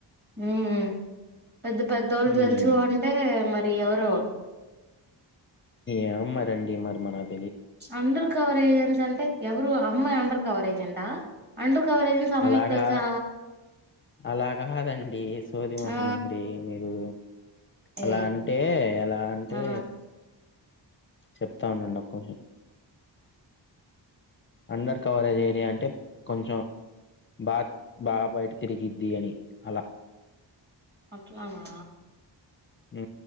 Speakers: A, on the right; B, on the left.
A: హ్ పెద్ద పెద్దోళ్ళు
B: ఉమ్
A: తెలుసు అంటే మరి ఎవరో
B: ఏమ్ మ రండి మరి ఎమ్మె నాక్
A: అందరి కవరేగ అంటే ఎవరు అమ్మాయి అండర్ కవరేజ్ అంట అండర్ కవర్ ఏజెంట్స్ అమ్మాయికి
B: అలాగా
A: తెలుసా
B: అలాగాదండి. సోది మొహంది
A: ఆ
B: మీరు అలా
A: ఏ
B: అంటే ఆలా అంటే
A: ఆ
B: చెప్తా ఉండండి నా కొంచం అండర్ కవరేజ్ ఏరియా అంటే కొంచెం బా బా బయట తిరిగిద్ది అని అలా
A: అట్లానా
B: హ్